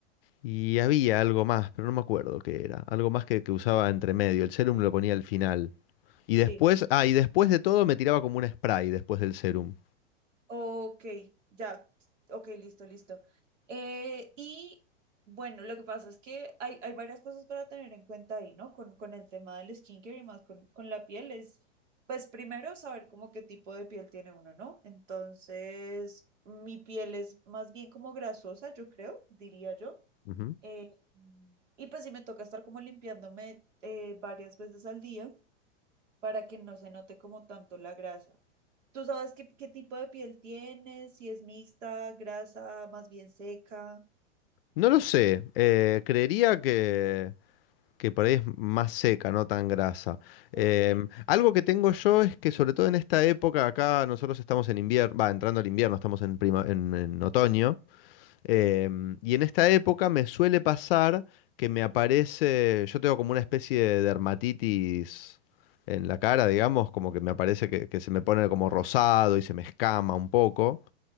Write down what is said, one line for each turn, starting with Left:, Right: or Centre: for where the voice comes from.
Left: Y había algo más, pero no me acuerdo qué era. Algo más que, que usaba entre medio. El serum lo ponía al final. Y
Right: sí.
Left: después, ah, y después de todo me tiraba como un spray después del serum.
Right: Ok, ya, ok, listo, listo. Eh, y bueno, lo que pasa es que hay, hay varias cosas para tener en cuenta ahí, ¿no? Con, con el tema del skincare y más con, con la piel es, pues primero saber como qué tipo de piel tiene uno, ¿no? Entonces, mi piel es más bien como grasosa, yo creo, diría yo.
Left: Ujú.
Right: Eh, y pues sí me toca estar como limpiándome eh, varias veces al día para que no se note como tanto la grasa. ¿Tú sabes qué, qué tipo de piel tienes? Si es mixta, grasa, más bien seca.
Left: No lo sé. eh, creería que, que por ahí es más seca, no tan grasa. Em,
Right: Ok,
Left: algo que tengo yo es que sobre todo en esta época acá nosotros estamos en invierno, va, entrando al invierno, estamos en prima, en en otoño. Em,
Right: sí,
Left: y en esta época me suele pasar que me aparece, yo tengo como una especie de dermatitis en la cara, digamos, como que me aparece que, que se me pone como rosado y se me escama un poco.